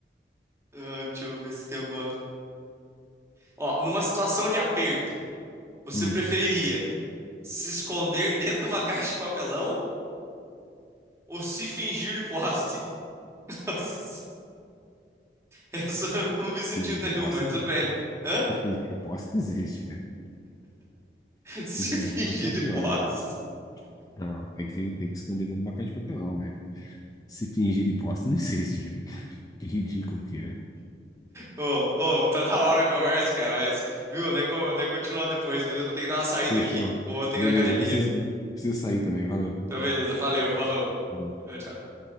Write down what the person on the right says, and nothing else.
Ah, Deixa eu ver se tem alguma. Ó, numa situação de aperto, você
preferiria se esconder dentro de uma caixa de papelão ou se fingir de poste. Nossa, essa eu não vi sentido
nenhum,
mas tudo
bem. Hã?
Se
fingir
de
poste.
Ô, ô, tá da hora a conversa, cara, mas, viu, né, co- né, continuar depois, beleza? Vou ter que dar uma saída
aqui. Vou ter
que ir na academia.
Então, beleza, valeu, falou.
Tchau, tchau.